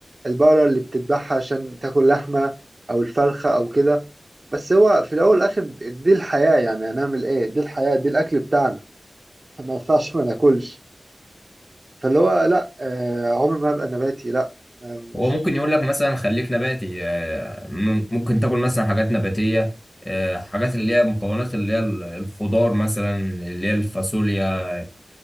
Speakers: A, on the right; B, on the left.
A: البقرة اللي بتذبحها عشان تاكل لحمة أو الفرخة أو كده بس هو في الاول والاخر دي الحياه يعني هنعمل ايه دي الحياه دي الاكل بتاعنا فما ينفعش ما ناكلش فاللي هو لا آه عمري ما هبقى نباتي لا آه مش
B: هو ممكن يقول لك مثلا خليك نباتي آه، مم- ممكن تاكل مثلا حاجات نباتية آه، حاجات اللي هي مكونات اللي هي ال- الخضار مثلا اللي هي الفاصوليا آه،